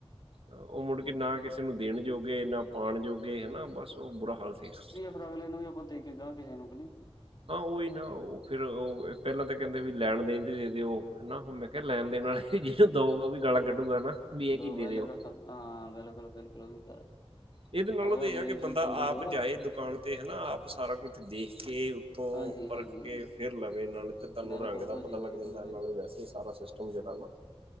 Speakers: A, on the right; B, on the left.
A: ਉਹ ਮੁੜ ਕੇ ਨਾ ਕਿਸੇ ਨੂੰ ਦੇਣ ਜੋਗੇ ਨਾ ਪਾਉਣ ਜੋਗੇ ਹੈਨਾ ਬਸ ਉਹ ਬੁਰਾ ਹਾਲ ਸੀਗਾ।
B: ਫੇਰ ਅਗਲੇ ਨੂੰ ਵੀ ਆਪਾਂ ਦੇ ਕੇ ਗਹਾਂ ਕਿਸੇ ਨੂੰ ਅਪਨੀ
A: ਹਾਂ ਉਹੀ ਨਾ ਉਹ ਫੇਿਰ ਉਹ ਪਹਿਲਾਂ ਤਾਂ ਕਹਿੰਦੇ ਵੀ ਲੈਣ ਦੇਣ ਤੇ ਦੇ ਦਿ ਉਹ ਹੈਨਾ ਨਾ ਮ ਲੈਣ ਦੇਣ ਵਾਲੇ ਜਿਹਨੂੰ ਦੋੋ ਵੀ ਗਾਲਾਂ ਕੱਢੂਗਾ ਨਾ ਵੀ ਇਹ ਕੀ
B: ਦੋ ਵਹਿਲੇ
A: ਦੇ ਰਹੇ ਹੋ
B: ਹਾਂ ਬਿਲਕੁਲ ਬਿਲਕੁਲ ਉਹ ਵੀ ਕਰ
A: ਇਹਦੇ ਨਾਲੋਂ
B: ਅਗਲਾ
A: ਤਾਂ ਇਹ
B: ਦੇਣੀ
A: ਆ ਕਿ
B: ਚੀਜ਼
A: ਬੰਦਾ
B: ਚੰਗੀ
A: ਆਪ
B: ਦੋ
A: ਜਾਏ ਦੁ ਦੁਕਾਨ ਤੇ ਹੈਨਾ ਆਪ ਸਾਰਾ ਕੁਛ ਦੇਖ ਕੇ ਉੱਤੋਂ
B: ਹਾਂਜੀ-ਹਾਂਜੀ
A: ਪਰਖ ਕੇ ਫੇਰ ਲਵੇ ਤੁਹਾਨੂੰ
B: ਬਿਲਕੁਲ
A: ਰੰਗ ਦਾ
B: ਭਾਜੀ
A: ਪਤਾ
B: ਬਿਲਕੁਲ-ਬਿਲਕੁਲ
A: ਲੱਗ ਜਾਂਦਾ ਇਹ ਨਾਲ ਵੈਸੇ ਹੀ ਸਾਰਾ ਸਿਸਟਮ ਜਿਹੜਾ ਨਾ